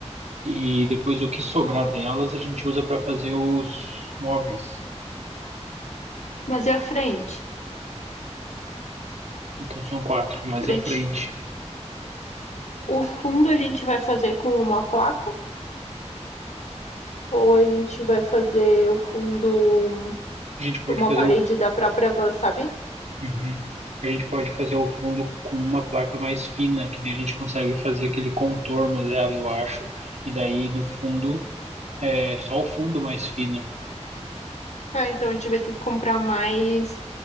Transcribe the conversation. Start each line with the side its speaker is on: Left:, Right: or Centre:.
Right: E depois o que sobrar delas a gente usa para fazer os móveis.
Left: Mas e a frente?
Right: Então são quatro, mais
Left: A frente
Right: à frente.
Left: O fundo a gente vai fazer com uma placa ou a gente vai fazer o fundo
Right: A gente pode
Left: com uma
Right: fazer
Left: parede
Right: o,
Left: da própria van, sabe?
Right: Uhum. A gente pode fazer o fundo com uma placa mais fina, que daí a gente consegue fazer aquele contorno dela, eu acho. E daí no fundo é só o fundo mais fino.
Left: Ah, então a gente vai ter que comprar mais